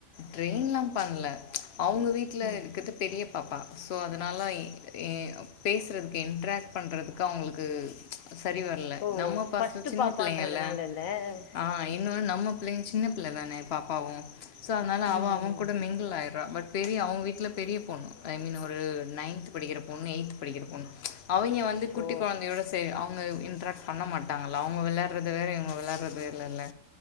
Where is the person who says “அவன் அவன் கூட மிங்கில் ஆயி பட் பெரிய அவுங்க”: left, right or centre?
Left